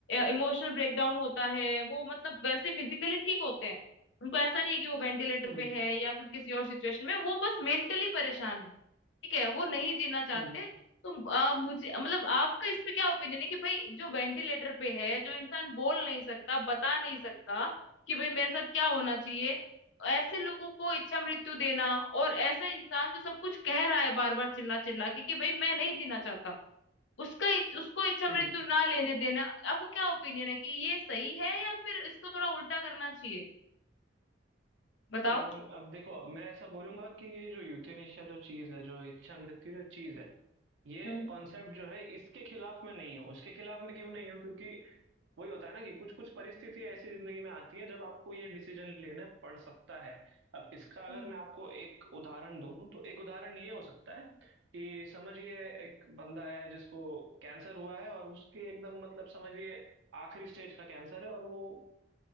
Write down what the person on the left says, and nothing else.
इमोशनल ब्रेकडाउन होता है वो मतलब वैसे फिजिकली ठीक होते हैं उनको ऐसा नहीं है कि वो वेंटिलेटर
पे है या फिर किसी और सिचुएशन में वो बस मेंटली परेशान है ठीक है वो नहीं जीना चाहते
तो आ, मुझे मतलब आपका इस पे क्या ओपिनियन है कि भाई जो वेंटिलेटर पे है जो इंसान बोल नहीं सकता बता नहीं सकता कि भाई मेरे साथ क्या होना चाहिए ऐसे लोगों को इच्छा मृत्यु देना और ऐसा इंसान जो सब कुछ कह रहा है बार बार चिल्ला चिल्ला के कि भाई मैं नहीं जीना चाहता उसका उसको इच्छा मृत्यु
ना लेने देना आपको क्या ओपिनियन है कि ये सही है या फिर इसको थोड़ा उल्टा करना चाहिए बताओ
हम्म
हम्म